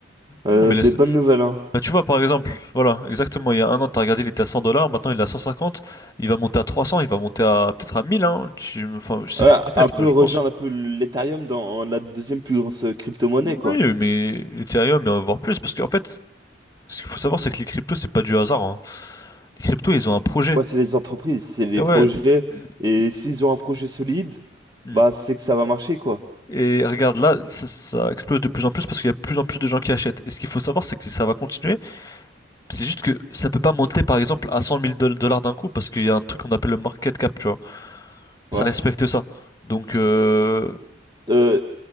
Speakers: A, on the right; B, on the left.
A: euh,
B: Non, mais
A: des
B: laisse-
A: bonnes nouvelles, hein.
B: Bah, tu vois, par exemple, voilà, exactement, il y a un an, tu as regardé, il était à 100 dollars, maintenant il est à 150, il va monter à 300, il va monter à peut-être à 1000, hein, tu, enfin, je sais
A: Ouais,
B: pas, peut-être,
A: un peu
B: moi je
A: rejoindre
B: pense que
A: un peu l'Ethereum dans la deuxième plus grosse crypto-monnaie,
B: oui,
A: quoi.
B: mais Ethereum, mais on va voir plus, parce qu'en fait, ce qu'il faut savoir, c'est que les cryptos, c'est pas du hasard, hein. Les cryptos, ils ont un projet.
A: Ouais, c'est les entreprises, c'est les
B: Et ouais,
A: projets.
B: euh,
A: Et s'ils ont un projet solide,
B: hmm.
A: bah c'est que ça va marcher, quoi.
B: et regarde, là, ça, ça explose de plus en plus parce qu'il y a de plus en plus de gens qui achètent. Et ce qu'il faut savoir, c'est que ça va continuer, c'est juste que ça peut pas monter, par exemple, à 100 000 dollars d'un coup, parce qu'il y a un truc qu'on appelle le market cap, tu vois.
A: Ouais.
B: ça respecte ça. Donc, euh,
A: Euh,